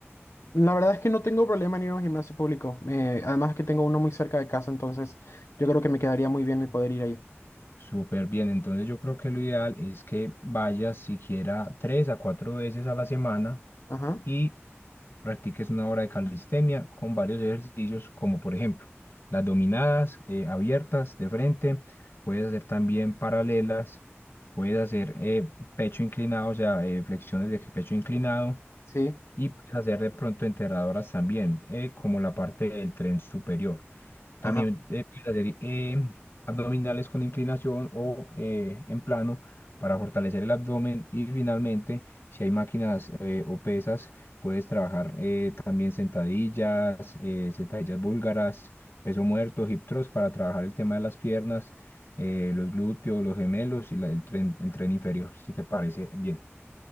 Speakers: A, on the left; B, on the left.
A: La verdad es que no tengo problema en ir a un gimnasio público. Eh, además que tengo uno muy cerca de casa, entonces yo creo que me quedaría muy bien el poder ir ahí.
B: Súper bien, entonces yo creo que lo ideal es que vayas siquiera tres a cuatro veces a la semana
A: Ajá,
B: y practiques una hora de calistenia con varios ejercicios, como por ejemplo las dominadas eh, abiertas de frente, puedes hacer también paralelas, puedes hacer eh, pecho inclinado, o sea, eh, flexiones de pecho inclinado,
A: sí,
B: y puedes hacer de pronto enterradoras también, eh, como la parte del tren superior. También
A: ajá.
B: eh, puedes hacer eh, abdominales con inclinación o eh, en plano para fortalecer el abdomen. Y finalmente, si hay máquinas eh, o pesas, puedes trabajar eh, también sentadillas, eh, sentadillas búlgaras, peso muerto, hip thrust para trabajar el tema de las piernas, eh, los glúteos, los gemelos y la- el tren, el tren inferior, si te parece bien.